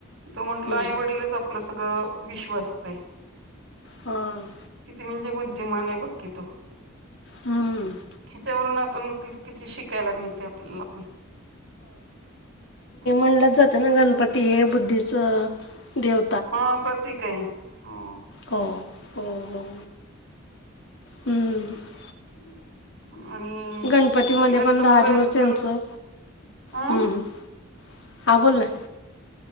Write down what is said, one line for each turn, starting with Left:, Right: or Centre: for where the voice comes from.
Right: तो म्हंटलं
Left: हम्म
Right: आई,
Left: हम्म.
Right: वडीलच आपलं सगळं विश्व असते.
Left: हां.
Right: किती म्हणजे बुद्धिमान आहे बघकी तो.
Left: हम्म
Right: ह्याच्यावरून आपण किती शिकायला मिळतेय आपल्याला. ह.
Left: म्हणलाच जात ना गणपती हे बुद्धीच देव
Right: हा प्रतीक आहे हा.
Left: हो, हो, हो. हम्म
Right: ह <unintelligible> आणि
Left: गणपतीमध्ये
Right: ते गणपतपुळ्याच
Left: पण दहा दिवस त्यांचं
Right: तर अं
Left: हम्म हम्म हा बोलना.